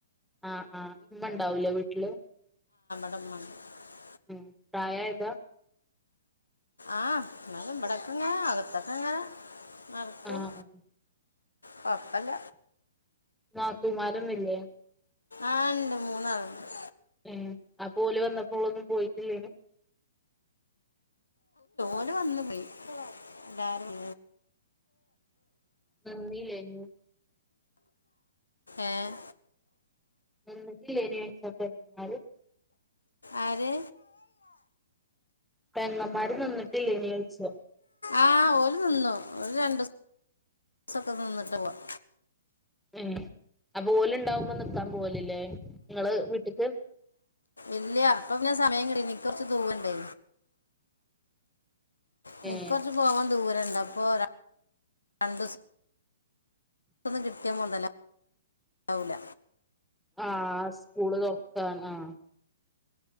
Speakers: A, in the centre; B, on the left.
A: ആഹ് ആഹ് ഇമ്മ ഇണ്ടാവൂലെ വീട്ടില്?
B: <unintelligible>
A: ഉം പ്രായയതാ
B: ആ എന്നാലും ബടക്കങ്ങന അകത്തക്കങ്ങന നടക്കും
A: ആഹ് ആഹ്
B: കൊയ്‌പല്ല
A: നാത്തൂമാരൊന്നില്ലേ
B: ആ ഇണ്ട് മൂന്നാളിണ്ട്
A: ഏഹ് അപ്പോ ഓൽ വന്നപ്പോളൊന്നും പോയിട്ടില്ലേനു
B: ഓല് വന്നു പോയി എല്ലാരും
A: വന്നിലെനു
B: ഏഹ്
A: നിന്നിട്ടില്ലെന് <unintelligible>
B: ആര്
A: പെങ്ങമ്മാർ നിന്നിട്ടില്ലേ ന്ന് ചോദിച്ചതാ
B: ആ ഒരു നിന്നു ഓരു രണ്ട് ദിവസൊക്കെ നിന്നിട്ട് പോയ്
A: ഇഹ് അപ്പൊ ഓല് ഉണ്ടാവുമ്പോ നിക്കാൻ പോവലില്ലേ നിങ്ങള് വീട്ട്ക്ക്
B: ഇല്ല അപ്പൊ പിന്നാ സമയം കിട്ടി എനിക്ക് കുറച്ച് ദൂരം ഇണ്ടേ എനിക്ക്
A: ഏഹ്
B: കുറച്ച് പോവാൻ ദൂരം ഇണ്ട് അപ്പൊ രണ്ടിസ പുത്തൊന്ന് കിട്ടിയ മുതലാവൂല
A: ആ സ്കൂൾ തുറക്കാണ് ആ